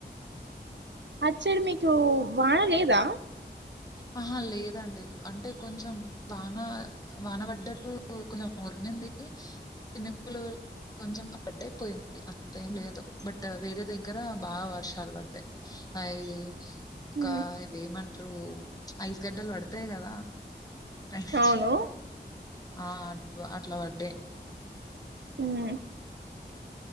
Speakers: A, on the right; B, on the left.
A: అచ్చడు మీకు వానా లేదా
B: ఆహా లేదండి అంటే కొంచెం వాన వాన పడ్డట్టు కొంచెం మురిగింది చిన్నలు కొంచెం పడ్డయిపోయింది అంత ఏం లేదు బట్ వేరే దగ్గర బాగా వర్షాలు పడ్డాయి అవి
A: హ్మ్.
B: కా వేమ అ ఐస్ గడ్డలు పడతాయి కదా పైనుంచి
A: అవును
B: ఆ అ అట్లా పే
A: హ